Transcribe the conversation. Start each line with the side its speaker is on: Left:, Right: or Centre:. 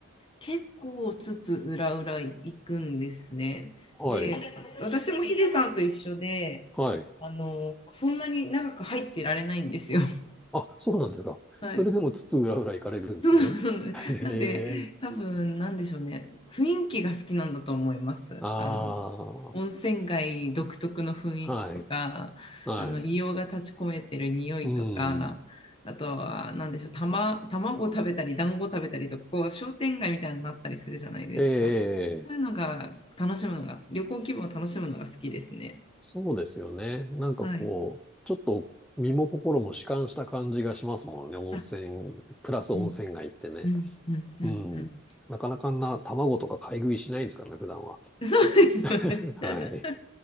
Left: 結構つつ裏裏行くんですね。
Centre: い。
Left: で、私もヒデさんと一緒で、
Centre: はい。
Left: あの、そんなに長く入ってられないんですよ。<laughs>
Centre: あ、そうなんですか。
Left: はい。
Centre: それでも津々浦々行かれるんですね。
Left: そうそうねなんで、
Centre: へえ。
Left: 多分なんでしょうね、雰囲気が好きなんだと思います。
Centre: ああ、
Left: あの温泉街独特の雰囲気とか、
Centre: はい、はい。
Left: あの硫黄が立ち込めてる匂いとか、
Centre: うん。
Left: あとは、なんでしょう、たま、卵食べたり、団子食べたりとか、こう商店街みたいになったりするじゃないですか。
Centre: ええ、
Left: そういうのが楽しむのが、旅行気分を楽しむのが好きですね。
Centre: そうですよね。なんかこう、
Left: はい。
Centre: ちょっと身も心も弛緩した感じがしますもんね。温泉、
Left: あ、
Centre: プラス温泉街ってね。
Left: うん、うん、うん、うん、
Centre: うん。なかなかあんな卵とか買い食いしないですからね、普段は。
Left: うん。そうですよね。
Centre: <laughs> はい。
Left: <laughs>